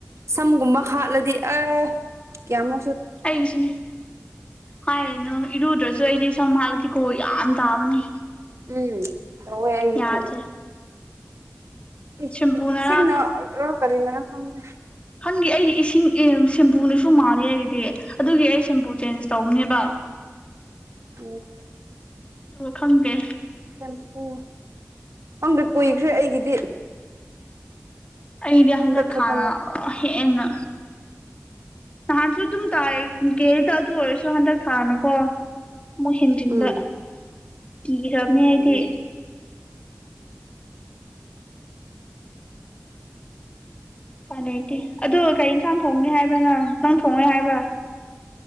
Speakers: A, on the right; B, on the left.
A: ꯁꯝꯒꯨꯝꯕ ꯍꯥꯠꯂꯗꯤ ꯑꯦ ꯀꯌꯥꯃꯨꯛ
B: ꯑꯩꯒꯤꯁꯨꯅꯦ ꯍꯥꯏꯅꯨ ꯏꯔꯨꯗ꯭ꯔꯁꯨ ꯑꯩꯗꯤ ꯁꯝ ꯍꯠꯂꯗꯤꯀꯣ ꯌꯥꯝ ꯇꯥꯕꯅꯦ
A: ꯎꯝ ꯇꯧꯋꯦ ꯑꯩꯒꯤꯁꯨ
B: ꯌꯥꯗ꯭ꯔꯦ
A: ꯏꯁꯤꯡ
B: ꯁꯦꯝꯄꯨꯅꯔꯥ
A: ꯏꯁꯤꯡꯅ ꯔꯣ ꯀꯔꯤꯅꯔꯣ ꯈꯪꯗꯦ
B: ꯍꯪꯗꯦ ꯑꯩꯗꯤ ꯏꯁꯤꯡ ꯁꯦꯝꯄꯨꯅꯁꯨ ꯃꯥꯜꯂꯦ ꯑꯩꯗꯤ ꯑꯗꯨꯒꯤ ꯑꯩ ꯁꯦꯝꯄꯨ ꯆꯦꯟꯖ ꯇꯧꯕꯅꯦꯕ
A: ꯑꯝ
B: ꯑꯣ ꯈꯪꯗꯦ
A: ꯁꯦꯝꯄꯨ ꯈꯪꯗꯦ ꯀꯨꯏꯈ꯭ꯔꯦ ꯑꯩꯒꯤꯗꯤ
B: ꯑꯩꯗꯤ ꯍꯥꯟꯗꯥꯛ
A: ꯍꯟꯗꯛ ꯈꯛꯇꯪ
B: ꯊꯥꯅ
A: ꯅꯠꯇꯦ
B: ꯍꯦꯟꯅ ꯅꯍꯥꯟꯁꯨ ꯑꯗꯨꯝ ꯇꯥꯏꯑꯦ ꯀꯦꯔꯤ <unintelligible> ꯑꯗꯨ ꯑꯣꯏꯔꯁꯨ ꯍꯟꯗꯛ ꯊꯥꯅꯒꯣ ꯑꯃꯨꯛ ꯍꯦꯟꯖꯤꯟꯕ
A: ꯎꯝ
B: ꯀꯤꯈ꯭ꯔꯕꯅꯦ ꯑꯩꯗꯤ
A: ꯎꯝ
B: ꯎꯄꯥꯢ ꯂꯩꯩꯇꯦ ꯑꯗꯣ ꯀꯔꯤ ꯌꯦꯟꯁꯥꯡ ꯊꯣꯡꯅꯤ ꯍꯥꯏꯕ ꯅꯪ ꯊꯣꯡꯉꯣꯢ ꯍꯥꯏꯕ꯭ꯔꯥ